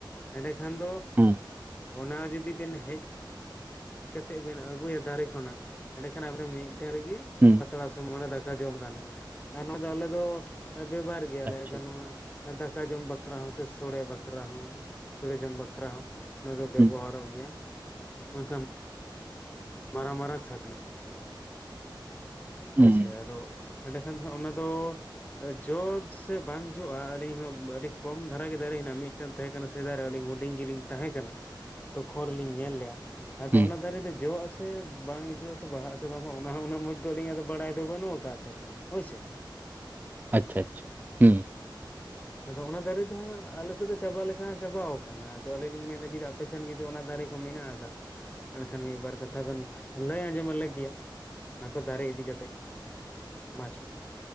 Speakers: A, on the left; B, on the right.
A: ᱮᱸᱰᱮᱠᱷᱟᱱ ᱫᱚ
B: ᱦᱩᱸ
A: ᱚᱱᱟ ᱡᱩᱫᱤ ᱵᱮᱱ ᱦᱮᱡ ᱠᱟᱛᱮᱫ ᱵᱮᱱ ᱟᱹᱜᱩᱭᱟ ᱫᱟᱨᱮ ᱠᱷᱚᱱᱟᱜ ᱮᱸᱰᱮᱠᱷᱟᱱ ᱟᱵᱮᱱ ᱫᱚ ᱢᱤ ᱴᱮ ᱨᱮᱜᱤ
B: ᱦᱩᱸ
A: ᱯᱟᱛᱲᱟ ᱥᱚ ᱢᱟᱱᱮ ᱫᱟᱠᱟ ᱡᱚᱢ ᱜᱟᱱᱚᱜᱼᱟ ᱟᱨ ᱱᱚᱣᱟ ᱫᱚ ᱟᱞᱮ ᱫᱚ ᱵᱮᱵᱟᱨ ᱜᱮᱭᱟ ᱞᱟᱭ
B: ᱟᱪᱪᱷᱟ
A: ᱜᱟᱱᱚᱜᱼᱟ
B: ᱟᱪᱪᱷᱟ
A: ᱫᱟᱠᱟ ᱡᱚᱢ ᱵᱟᱠᱷᱨᱟ ᱦᱚᱸ ᱥᱮ ᱥᱚᱲᱮ ᱵᱟᱠᱷᱨᱟ ᱦᱚᱸ ᱥᱚᱲᱮ ᱡᱚᱢ ᱵᱟᱠ ᱵᱟᱠᱷᱨᱟ ᱦᱚᱸ ᱱᱚᱣᱟ ᱫᱚ ᱵᱮᱵᱚᱦᱟᱨᱚᱜ
B: ᱦᱩᱸ
A: ᱜᱮᱭᱟ ᱮᱱᱠᱷᱟᱱ ᱢᱟᱨᱟᱝ ᱢᱟᱨᱟᱝ ᱥᱟᱠᱱᱟ
B: ᱦᱩᱸ
A: ᱦᱳᱭᱥᱮ ᱟᱫᱚ ᱮᱸᱰᱮᱠᱷᱟᱱ ᱫᱚ ᱦᱟᱸᱜ ᱚᱱᱟ ᱫᱚ ᱡᱚ ᱥᱮ ᱵᱟᱝ ᱡᱚᱜᱼᱟ ᱟᱹᱞᱤᱧ ᱦᱚᱸ ᱟᱹᱰᱤ ᱠᱚᱢ ᱫᱷᱟᱨᱟ ᱜᱮ ᱫᱟᱨᱮ ᱦᱮᱱᱟᱜᱼᱟ ᱢᱤᱫ ᱢᱤᱫᱴᱮᱱ ᱛᱟᱦᱮᱸ ᱠᱟᱱᱟ ᱥᱮᱫᱟᱭ ᱨᱮ ᱟᱹᱞᱤᱧ ᱦᱩᱰᱤᱧ ᱜᱤᱞᱤᱧ ᱛᱟᱦᱮᱸ ᱠᱟᱱᱟ᱾ ᱛᱚᱠᱷᱚᱨ ᱨᱮᱞᱤᱧ ᱧᱮᱞ ᱞᱮᱜ-ᱟ, ᱟᱫᱚ
B: ᱦᱩᱸ
A: ᱚᱱᱟ ᱫᱟᱨᱮ ᱫᱚ ᱡᱚᱜ ᱟᱥᱮ ᱥᱮ ᱵᱟᱝ ᱦᱤᱡᱩᱜᱼᱟ ᱥᱮ ᱵᱟᱦᱟᱜ ᱥᱮ ᱵᱟᱝ ᱦᱟᱸᱜ ᱚᱱᱟ ᱦᱚᱸ ᱩᱱᱟᱹᱜ ᱢᱚᱡᱽ ᱫᱚ ᱟᱹᱞᱤᱧ ᱟᱫᱚ ᱵᱟᱲᱟᱭ ᱫᱚ ᱵᱟᱹᱱᱩᱜ ᱟᱠᱟᱫ ᱛᱟᱹᱞᱤᱧᱟ ᱦᱳᱭᱥᱮ᱾
B: ᱟᱪᱪᱷᱟ ᱟᱪᱪᱷᱟ ᱦᱩᱸ᱾
A: ᱟᱫᱚ ᱚᱱᱟ ᱫᱟᱨᱮ ᱫᱚ ᱦᱟᱸᱜ ᱟᱞᱮ ᱥᱮᱫ ᱫᱚ ᱪᱟᱵᱟ ᱞᱮᱠᱟ ᱦᱟᱸᱜ ᱪᱟᱵᱟᱣ ᱟᱠᱟᱱᱟ ᱟᱫᱚ ᱟᱹᱞᱤᱧ ᱞᱤᱧ ᱢᱮᱱᱮᱫ-ᱟ ᱡᱩᱫᱤ ᱟᱯᱮ ᱥᱮᱫ ᱟᱯᱮᱥᱮᱱ ᱡᱩᱫᱤ ᱚᱱᱟ ᱫᱟᱨᱮ ᱠᱚ ᱢᱮᱱᱟᱜ ᱟᱠᱟᱫ᱾ ᱮᱱᱠᱷᱟᱱ ᱢᱤᱫᱵᱟᱨ ᱠᱟᱛᱷᱟ ᱵᱤᱱ ᱞᱟᱹᱭ ᱟᱸᱡᱚᱢ ᱟᱞᱮ ᱜᱮᱭᱟ᱾ ᱚᱱᱟ ᱠᱚ ᱫᱟᱨᱮ ᱤᱫᱤ ᱠᱟᱛᱮ ᱢᱟᱪᱷ ᱩᱱ